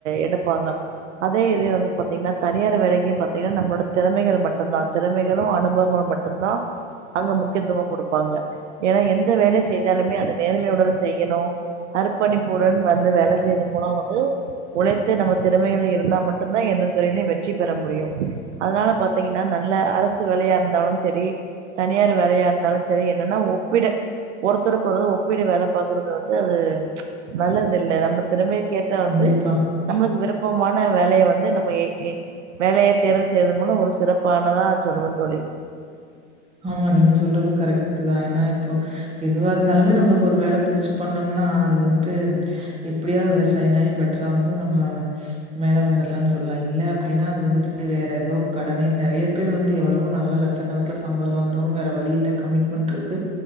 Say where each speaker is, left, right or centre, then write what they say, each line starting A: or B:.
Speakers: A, on the right; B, on the right.
A: எடுப்பாங்க அதே இது வந்து பா்த்தீங்கன்னா தனியார் வேலைக்கு பா்த்தீங்கன்னா நம்மளோட திறமைகள் மட்டும் தா திறமைகளும் அனுபவங்களும் மட்டும் தா அங்க முக்கியத்துவம் கொடுப்பாங்க ஏன்னா எந்த வேலை செய்தாலுமே அத நேர்மைய உடன் செய்யணு அரு பணிப்புடன் வந்து வேல செய்து மூலம் வந்து உழைத்து நம்ம திறமைகள் இருந்தா மட்டும்தா எந்த துறையிலையும் வெற்றி பெற முடியு அதனால பாாரத்தீங்கன்னா நல்ல அரசு வேலையா இருந்தாலு செரி தனியார் வேலையா இருந்தாலு சரி என்னன்னா ஒப்பிட ஒருத்தருக்கு ஒப்பிடு வேல பாார்கறது வந்து அது நல்லது இல்ல நம்ம திறமை கேட்ட வந்து
B: கண்டிப்பா.
A: நம்மளுக்கு விருப் குப்பமான வேலைய வந்து நம்ம எ வேலைய தேர்வு செய்வதன் மூலம் ஒரு சிறப்பானதா சொல்லுவே த தோழி
B: ஆமா நீங்க சொல்றது கரெக்ட் தா ஏன்னா இப்போ எதுவா இருந்தாலுமே நம்மளுக்கு ஒரு வேலை புடிச்சு பண்ணோம்னா அது வந்துட்டு எப்டியாது அதுல சைன் ஆயி பெட்டரா வந்து நம்ம மேல வந்துடலாம்னு சொல்லா இல்ல அப்டின்னா அது வந்துட்டு வேற ஏதோ கடனை நெறைய பேர் வந்து எவ்வளவோ நல்ல லட்சக்கணக்குல சம்பளம் வாங்குறவங்க வேற வழி இல்ல கமிட்மெண்ட் இருக்கு